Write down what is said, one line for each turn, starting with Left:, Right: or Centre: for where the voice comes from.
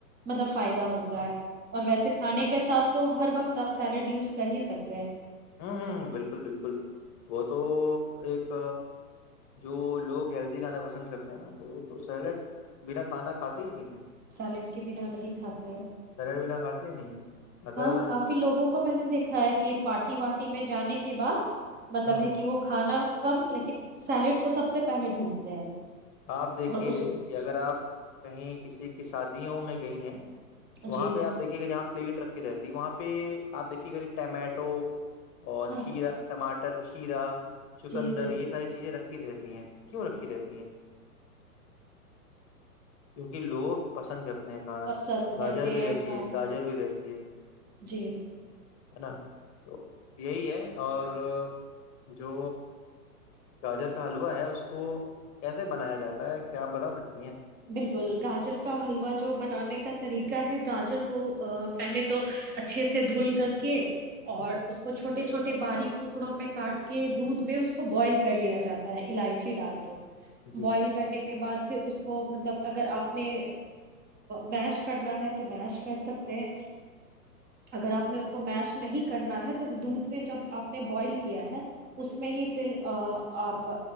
Right: مطلب فائدہ ہوتا اور ویسے کھانے کے ساتھ تو ہر وقت تو آپ سیلڈ یوز کر ہی سکتے ہیں
Left: ہوں ہ بالکل بالکل وہ تو ایک جو لوگ ہیلدی کھانا پسند کرتے ہیں نا آپ تو وہ تو سیلڈ بنا کھانا کھاتے ہی نہیں ہے
Right: سالڈ کے بنا نہیں کھاتے ہیں
Left: سیلیڈ بنا کھاتے ہی نہیں ہیں۔ اگر
Right: ہاں کافی لوگوں کو میں نے دیکھا ہے کہ پارٹی واٹی میں جانے کے بعد مطلب
Left: ہ
Right: ہے کہ وہ کھانا کم لیکن سیلیڈ کو سب سے پہلے ڈھونڈتے ہیں
Left: آپ دیکھیے
Right: اور اس
Left: کہ اگر آپ کہیں کسی کے کی شادیوں میں گئی ہیں تو وہاں
Right: جی
Left: پہ آپ دیکھیے گا جہاں پلیٹ رکھی رہتی وہاں پہ آپ دیکھیے گا کہ ٹمیٹو اور
Right: ہاں
Left: کھیرا ٹماٹر کھیرا
Right: جی
Left: چکندر
Right: جی
Left: یہ ساری چیزیں رکھ کی رہتی ہیں کیوں رکھی رہتی ہیں کیونکہ لوگ پسند کرتے کھانا
Right: پسند
Left: گاجر
Right: کرتے
Left: بھی
Right: ہیں
Left: رہتی
Right: ہاں
Left: ہے گاجر بھی رہ ج ہے
Right: جی
Left: ہے نا تو یہی ہے اور جو گاجر کا حلوہ ہے اس کو کیسے بنایا جاتا ہے کیا آپ بتا سکتی ہیں
Right: بالکل گاجر کا حلوا جو بنانے کا طریقہ ہے گاجر کو پہلے تو اچھے سے دھل کر کے اور اس کو چھوٹے چھوٹے باریک ٹکڑوں میں کاٹ کے دودھ میں اس کو بوائل کر لیا جاتا ہے الائچی ڈال کے بوائل
Left: جی
Right: کرنے کے بعد پھر اس مطلب اگر آپ نے میش کرنا ہے تو میش کر سکتے ہیں اگر آپ نے اس کو میش نہیں کرنا ہے تو دودھ میں جب آپ نے بوائل کیا ہے اس میں ہی پھر آپ